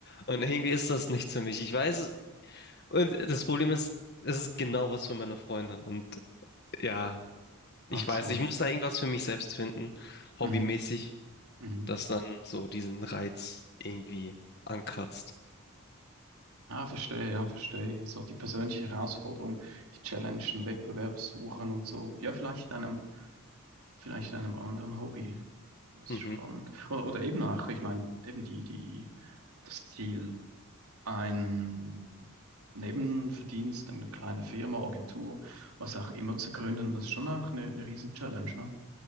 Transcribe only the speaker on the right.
Ach
so.
Mhm. Mhm.
Ah, verstehe, ja, verstehe. So die persönliche Herausforderung, die Challenge, den Wettbewerb suchen und so. Ja, vielleicht in einem, vielleicht in einem anderen Hobby. Das
ist spannend. Oder, oder eben auch, ich meine, eben die, die, das Ziel ein Nebenverdienst, eine kleine Firma, Agentur, was auch immer zu gründen, das ist schon auch eine, eine Riesen-Challenge, ne?